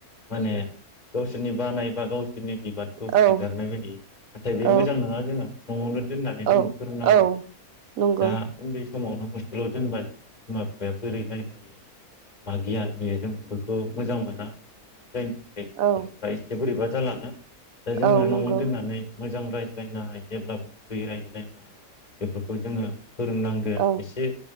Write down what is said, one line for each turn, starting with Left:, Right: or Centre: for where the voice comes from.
Left: माने गाव सोरनिबा नायबागाव नि बिबानखौ
Right: औ
Left: एंगारनाय बायदि नाथाय बे
Right: औ
Left: मोजां नङा जोंहा न'आवनो दोननानै
Right: औ
Left: जोंङो फोरोंनांगौ
Right: औ नंगौ
Left: दा उन्दै समावनो हस्टेलाव दोनबा जों बिमा बिफाया बोरै रायजलायो मा गियान होयो जों बेफोरखौ मोजां मोना बेयावनो जायनो थाखाय
Right: औ
Left: गथ'फ्रा एसे बोरैबा जालांङो दा जोङो
Right: औ
Left: न'आवनो
Right: नंगौ
Left: दोननानै मोजां रायज्लायनाय जेब्लाबो गुरै रायज्लायनाय बेफोरखौ जोङो फोरोंनांगोन
Right: औ
Left: एसे